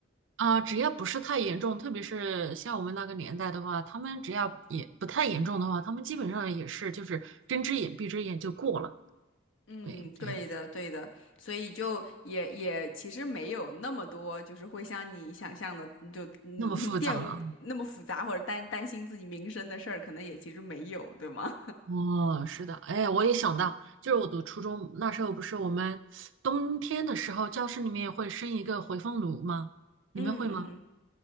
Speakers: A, on the right; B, on the left.
A: 啊、只要不是太严重，特别是像我们那个年代的话，他们只要也不太严重的话，他们基本上也是就是睁只眼闭只眼就过了，
B: 嗯，
A: 对，
B: 对的，
A: 这样子
B: 对的，所以就也也其实没有那么多，就是会像你想象的，就嗯玷污那么复杂，
A: 那么复杂啊？
B: 或者担担心自己名声的事儿，可能也其实没有，对吗？
A: 哦，是的，哎，我也想到，就是我读初中那时候，不是我们冬天的时候，教室里面会生一个回风炉吗？
B: <laughs>
A: 你们会吗？
B: 嗯嗯，